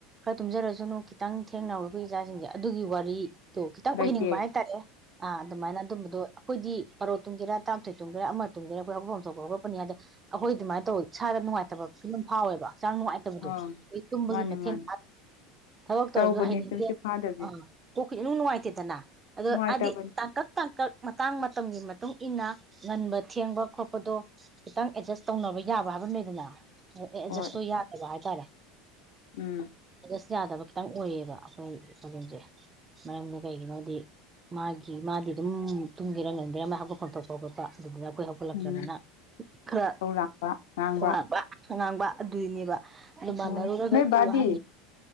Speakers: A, on the right (about 20°); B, on the left (about 80°).
A: ꯈꯔ ꯇꯨꯝꯖꯔꯁꯨꯅꯨ ꯈꯤꯇꯪ ꯊꯦꯡꯅꯕꯅꯕ ꯑꯩꯈꯣꯏ ꯏꯆꯥꯁꯤꯡꯁꯦ ꯑꯗꯨꯒꯤ ꯋꯥꯔꯤ ꯑꯗꯨꯣ ꯈꯤꯇꯪ
B: ꯂꯩꯇꯦ
A: ꯑꯣꯏꯍꯟꯅꯤꯡꯕ ꯍꯥꯏꯇꯥꯔꯦ ꯑ ꯑꯗꯨꯃꯥꯏꯅ ꯑꯗꯨꯝꯕꯗꯣ ꯑꯩꯈꯣꯏꯗꯤ ꯄꯔꯣ ꯇꯨꯝꯒꯦꯔꯥꯔꯥꯊꯣꯏ ꯇꯒꯦꯥ ꯑꯃ ꯇꯨꯝꯒꯦꯔ ꯑꯩꯈꯣꯏ ꯑꯄꯐꯝꯆ ꯆꯥꯎꯄꯒ ꯈꯣꯠꯄꯅꯤ ꯑꯗ ꯑꯩꯈꯣꯏ ꯑꯗꯨꯃꯥꯏꯅ ꯇꯧꯋ ꯅꯨꯡꯉꯥꯏꯇꯕ ꯐ ꯑꯗꯨꯝ ꯐꯥꯎꯋꯦꯕ ꯍꯛꯆꯥꯡ ꯅꯨꯡꯉꯥꯏꯇꯕꯗꯣ
B: ꯑꯥ
A: ꯑꯩ ꯇꯨꯝꯕꯒꯤ
B: ꯃꯥꯅꯤ
A: ꯃꯊꯦꯜ
B: ꯃꯥꯅꯤ
A: ꯊꯕꯛ
B: ꯇꯧꯕꯅꯦ
A: ꯇꯧꯔꯁꯨ ꯍꯩꯅꯤꯡꯗꯦ
B: ꯇꯨꯝꯁꯤꯠ ꯐꯥꯗꯕꯁꯦ
A: ꯑ ꯀꯣꯛ ꯅꯨꯡ ꯅꯨꯡꯉꯥꯏꯇꯦꯗꯅ ꯑꯗꯣ
B: ꯅꯨꯡꯉꯥꯏꯇꯕꯅꯤ
A: ꯍꯥꯏꯗꯤ ꯇꯥꯡꯀꯛ ꯇꯥꯡꯀꯛ ꯃꯇꯥꯡ ꯃꯇꯝꯒꯤ ꯃꯇꯨꯡ ꯏꯟꯅ ꯉꯟꯕ ꯊꯦꯡꯕ ꯈꯣꯠꯄꯗꯣ ꯈꯤꯇꯪ ꯑꯦꯗꯖꯁ ꯇꯧꯅꯕ ꯌꯥꯕ ꯍꯥꯏꯕꯅꯦꯗꯅ ꯑꯦ
B: ꯍꯣꯏ
A: ꯖꯁꯇꯣ ꯌꯥꯗꯕ ꯍꯥꯏꯇꯥꯔꯦ
B: ꯎꯝ
A: ꯑꯁ ꯌꯥꯗꯕ ꯈꯤꯇꯪ ꯑꯣꯏꯌꯦꯕ ꯑꯩꯈꯣꯏꯒꯤ ꯄ꯭ꯔꯣꯕ꯭ꯂꯦꯝꯁꯦ ꯃꯔꯝꯗꯤ ꯀꯩꯒꯤꯅꯣꯗꯤ ꯃꯥꯒꯤ ꯃꯥꯗꯤ ꯑꯗꯨꯝ ꯇꯨꯝꯒꯦꯔ ꯉꯟꯒꯦꯔ ꯍꯥꯞꯒꯠꯐꯝꯣꯟ ꯊꯣꯛꯄ ꯈꯣꯠꯄ ꯑꯗꯨꯗꯨ ꯀꯣꯏ ꯍꯥꯥꯎꯄꯖ꯭ꯔꯕ
B: ꯎꯝ
A: ꯅ ꯈꯔ
B: ꯏꯁꯧ ꯂꯥꯡꯕ ꯉꯥꯡꯕ
A: ꯁꯧꯅꯕ ꯉꯥꯡꯕ ꯑꯗꯨꯏꯅꯦꯕ ꯑꯗꯨ ꯃꯥꯟꯅꯔꯨꯔꯒ
B: ꯑꯣ ꯅꯣꯏ
A: ꯑꯗꯨꯟ
B: ꯕꯥꯗꯤ